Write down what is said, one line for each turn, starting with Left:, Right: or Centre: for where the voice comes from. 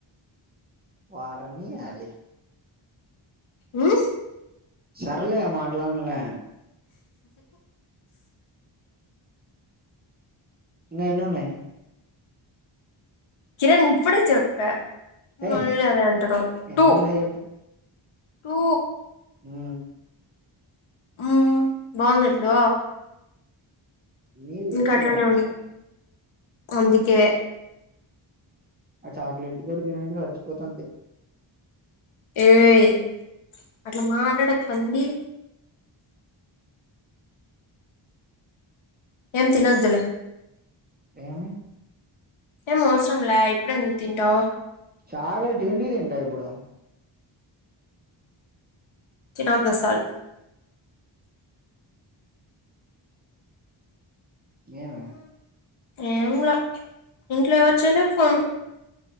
Right: వారనియాలి
Left: ఉహ్
Right: సర్లే మాట్లాడ్నులే ఇంగ ఎన్నున్నాయి
Left: కిరణ్ ఇప్పుడే చెప్ప
Right: ఏయ్
Left: మళ్ళీ అదే అంటున్నావ్
Right: ఎన్నున్నాయి
Left: టూ టూ
Right: ఉ
Left: ఆ బాగుందా ఇప్పుడు
Right: నీళ్ళు
Left: ఇంక
Right: ఎక్కువ
Left: అట్లానే
Right: తాగిన
Left: ఉండ్ అందుకే
Right: ఆ చాక్లెట్ కూడా తిని ఉంటే చచ్చిపోతంది
Left: ఏయి అట్లా మాట్లాడక్ పంది ఏం తినోద్దులే
Right: ఏమీ
Left: ఏ మోసంలా ఇప్పుడు ఎందుక్ తింటావ్
Right: చాగ్లెట్ ఎండీ తింటా ఇప్పుడు
Left: తినొద్ద్ అసల్
Right: ఏమీ
Left: ఏం ఇంట్లో ఎవరు చేయాలే ఫోన్